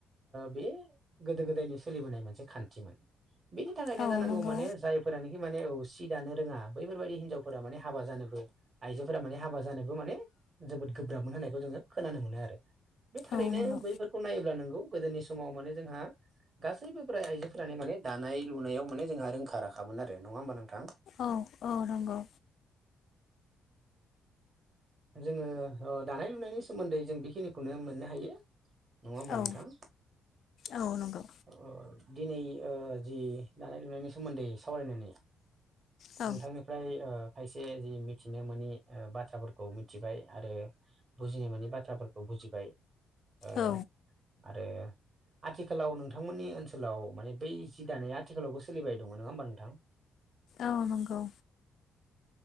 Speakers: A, on the right; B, on the left.
A: बे गोदो गोदायनि सोलिबोनाय मोनसे खान्थिमोन बेनि थाखायनो
B: औ
A: जानांगौ
B: नंगौ
A: माने जायफोरानोखि माने सि दानो रोङा बैफोरबायाददि हिनजावफोरा माने हाबा जानोबो आइजोफोरा माने हाबा जानोबो माने जोबोद गोब्राब मोन होननायखौ जोङो खोनानो मोनो आरो बे थारैनो
B: औ नंगौ
A: बैफोरखौ नायोब्ला नंगौ गोदोनि समाव माने जोंहा गासैबो ब्राय आइजोफोरानो माने दानाय लुनायाव माने जोंहा रोंखा राखामोन आरो नङा होमबा नोंथां
B: औ औ नोंगौ
A: जोङो अ दानाय लुनायनि सोमोन्दै जों बेखिनिखौनो मोननो हायो नङा होम्बा
B: औ
A: नोंथां
B: औ नंगौ
A: अ दिनै ओह जि दानाय लुनायनि सोमोन्दै सावरायनानै
B: औ
A: नोंथांनिफ्राय ओह खायसे जि मिथिनो मोनि ओह बाथ्राफोर खौ मिथिबाय आरो बुजिनो मोनै बाथ्राफोरखौ बुजिबाय ओह
B: औ
A: आरो आथिखालाव नोंथांमोननि ओनसोलाव माने बै जि दानाया आथिखालावबो सोलिबाय दं नङा होमबा नोंथां
B: औ नंगौ